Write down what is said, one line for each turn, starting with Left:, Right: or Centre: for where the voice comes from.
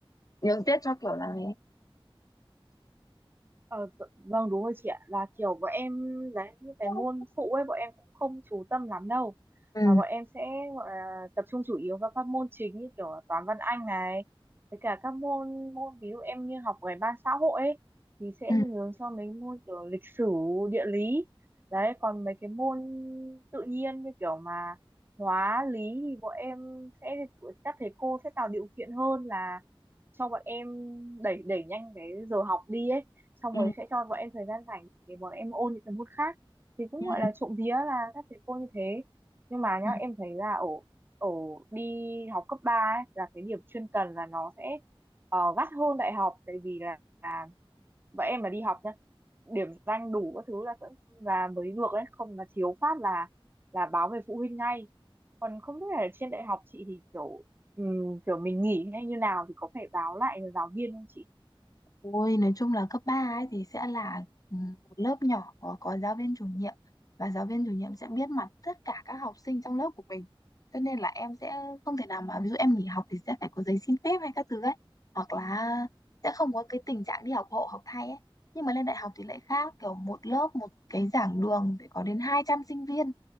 Left: nhường tiết cho kiểu là
Right: Ờ, dạ- vâng đúng rồi chị ạ là kiểu bọn em đấy những cái
Left: ừ,
Right: môn phụ ấy bọn em cũng không chú tâm lắm đâu
Left: ừ,
Right: mà bọn em sẽ gọi là tập trung chủ yếu vào các môn chính như kiểu là toán văn anh này với cả các môn môn ví dụ em như học về ban xã hội ấy thì sẽ
Left: ừ,
Right: hướng cho mấy môn kiểu lịch sử địa lý đấy còn mấy cái môn tự nhiên như kiểu mà hóa lý thì bọn em sẽ các thầy cô sẽ tạo điều kiện hơn là cho bọn em đẩy đẩy nhanh cái giờ học đi ấy xong
Left: ừ,
Right: rồi sẽ cho bọn em thời gian rảnh để bọn em ôn những cái môn khác thì cũng
Left: ừ.
Right: gọi là trộm vía là các thầy cô như thế nhưng mà nhá
Left: Ừ.
Right: em thấy là ở ở đi học cấp 3 ấy là cái điểm chuyên cần là nó sẽ ờ, gắt hơn đại học tại vì là, là bọn em mà đi học nhá điểm danh đủ các thứ là vẫn là mới được đấy không là thiếu phát là là báo về phụ huynh ngay còn không biết là trên đại học chị thì kiểu ừm, kiểu mình nghỉ hay như nào thì có phải báo lại giáo viên không chị
Left: Ôi, nói chung là cấp 3 ấy thì sẽ là ừ, một lớp nhỏ có có giáo viên chủ nhiệm và giáo viên chủ nhiệm sẽ biết mặt tất cả các học sinh trong lớp của mình. Cho nên là em sẽ không thể nào mà ví dụ em nghỉ học thì sẽ phải có giấy xin phép hay các thứ ấy hoặc là sẽ không có cái tình trạng đi học hộ học thay ấy. Nhưng mà lên đại học thì lại khác, kiểu một lớp một cái giảng đường phải có đến hai trăm sinh viên